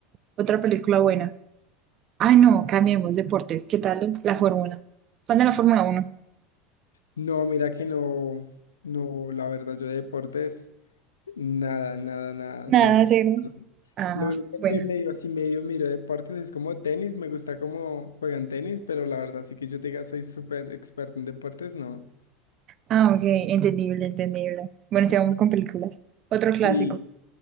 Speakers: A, on the right; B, on the left.
A: Otra película buena. Ay, no, cambiemos deportes. ¿Qué tal la Fórmula? ¿Cuándo la Fórmula Uno
B: No, mira que no, no, la verdad, yo de deportes, nada, nada, nada.
A: Nada,
B: Soy súper
A: cero. Ah,
B: Lo único
A: bueno.
B: que medio así medio miro deportes es como tenis, me gusta cómo juegan tenis, pero la verdad sí que yo te diga soy súper experto en deportes, no.
A: Ah, ok, entendible, entendible. Bueno, sigamos con películas. Otro
B: Sí.
A: clásico.